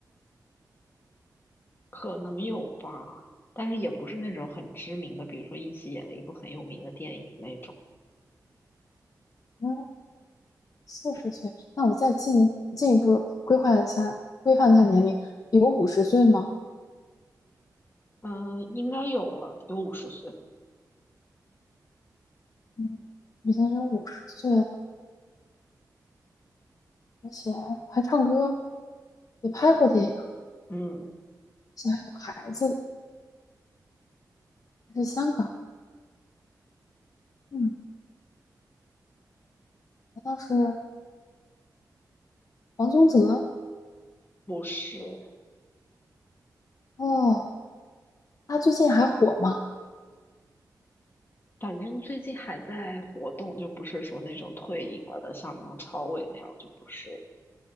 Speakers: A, on the left; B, on the left.
A: 可能有吧，但是也不是那种很知名的，比如说一起演了一部很有名的电影那种。
B: 嗯，四十岁。那我再进进一步规划一下，规范一下年龄，有五十岁吗？
A: 嗯，应该有了，有五十岁。
B: 嗯，已经有五十岁了，而且还唱歌，也拍过电影，而
A: 嗯。
B: 且还有孩子，还是香港。嗯，难道是王宗泽？
A: 不是，
B: 哦，他最近还火吗？
A: 反正最近还在活动，就不是说那种退隐了的，像梁朝伟那样，就不是。